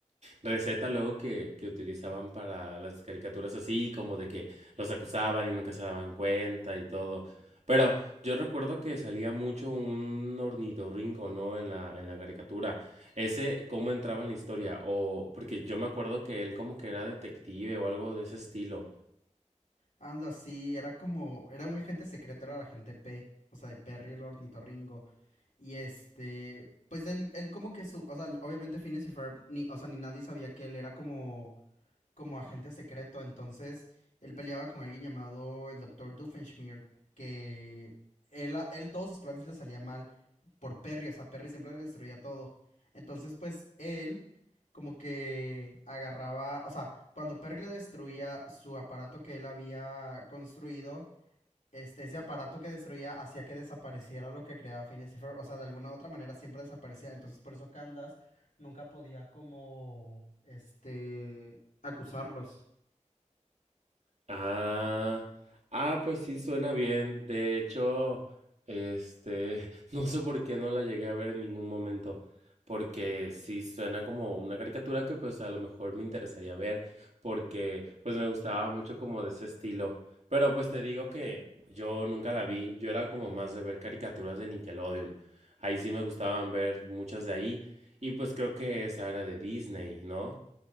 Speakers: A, on the right (about 60°); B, on the left (about 80°).
A: receta luego que, que utilizaban para las caricaturas así, como de que los acusaban y nunca se daban cuenta y todo. Pero yo recuerdo que salía mucho un ornitorrinco, ¿no? En la, en la caricatura. Ese, ¿cómo entraba en la historia? O, porque yo me acuerdo que él como que era detective o algo de ese estilo.
B: Anda, sí, era como, era un agente secreto, era el agente P, o sea, de Perry el ornitorrinco. Y este, pues él, él como que su, o sea, obviamente Phineas y Ferb, ni, o sea, ni nadie sabía que él era como como agente secreto. Entonces, él peleaba con alguien llamado el Doctor Doofenshmirtz, que él, él todos sus planes le salían mal por Perry, o sea, Perry siempre le destruía todo. Entonces, pues él como que agarraba, o sea, cuando Perry le destruía su aparato que él había construido, este, ese aparato que destruía hacía que desapareciera lo que creaba Phineas y Ferb. O sea, de alguna u otra manera siempre desaparecía. Entonces, por eso Candace nunca podía como, este, acusarlos.
A: Ah, ah, pues sí, suena bien. De hecho, este, <laughs> no sé por qué no la llegué a ver en ningún momento, porque sí suena como una caricatura que pues a lo mejor me interesaría ver, porque pues me gustaba mucho como de ese estilo. Pero pues te digo que yo nunca la vi, yo era como más de ver caricaturas de Nickelodeon. Ahí sí me gustaban ver muchas de ahí, y pues creo que esa era de Disney, ¿no?